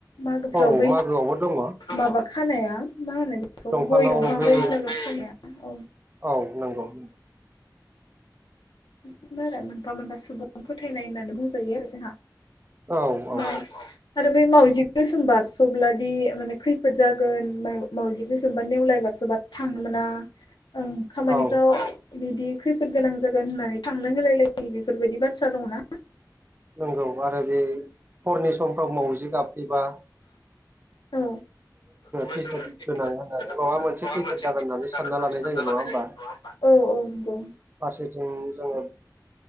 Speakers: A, on the left (about 85°); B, on the right (about 30°).
A: मागोफ्राव
B: औ
A: बै
B: मागोआवबो दङ
A: माबा खानाया मा होनो बेखौ
B: दंफाङाव
A: गय दंफां
B: बे
A: बायदिसिना खानाया औ
B: औ नंगौ नंगौ
A: बिनो आरो मोनफा मोनफा सुबुं फोथायनाय होननानै बुंजायो आरो जोंहा
B: औ
A: माने
B: - औ
A: आरो बै मावजि गोसोम बारसब्ला दि माने खैफोद जागोन मावजि गोसोम बा नेवलाय बा थांनो मोना खामानि
B: औ
A: बि खैफोद गोनां जा होननानै थांनो होलाय लायो बेफोरबायदि बाथ्रा दंङोंना
B: नंगौ आरो बे हरनि समफ्राव मावजि गाबहैबा
A: बेबो
B: खैफोद
A: जोंङो
B: गोनां होननानै
A: माबा
B: खैफोद
A: मोनसे जागोन होननानै सानना
B: जायो नङा
A: लानाय
B: होमबा
A: जायो। औ - औ नंगौ
B: फारसेथिं जोङो